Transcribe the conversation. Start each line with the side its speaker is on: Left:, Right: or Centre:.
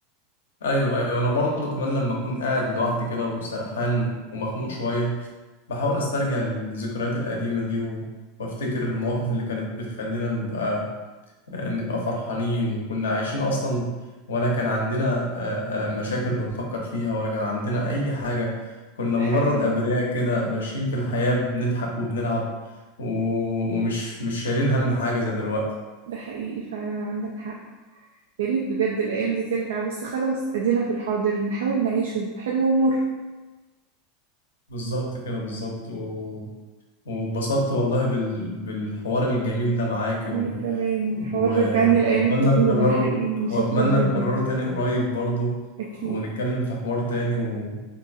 Left: ايوه ايوه انا برضه كمان لما اكون قاعد لوحدي كده وسرحان ومخنوق شوية بحاول استرجع الذكريات القديمة دي و... وافتكر المواقف اللي كانت بتخلينا نبقى نبقى فرحانين وكنا عايشين أصلا ولا كان عندنا آه، آه، مشاكل بنفكر فيها ولا كان عندنا أي حاجة كنا
Right: ده
Left: مجرد
Right: حقيقي
Left: أبرياء كده ماشيين في الحياة بنضحك وبنلعب و- ومش مش شايلين هم حاجة زي دلوقتي
Right: ده حقيقي فعلا عندك حق يا ريت بجد الأيام دي ترجع بس خلاص أدينا في الحاضر نحاول نعيشه بحلو ومر
Left: بالظبط كده بالظبط و... واتبسطت والله بال... بالحوار الجميل ده معاك و...
Right: وأنا كمان حوار
Left: و...
Right: رجعني لأيام
Left: وأتمنى
Right: الطفولة
Left: نكرره
Right: حقيقي شكرا
Left: وأتمنى
Right: جدا
Left: نكرره تاني قريب برضو
Right: أكيد
Left: ونتكلم في حوار تاني و...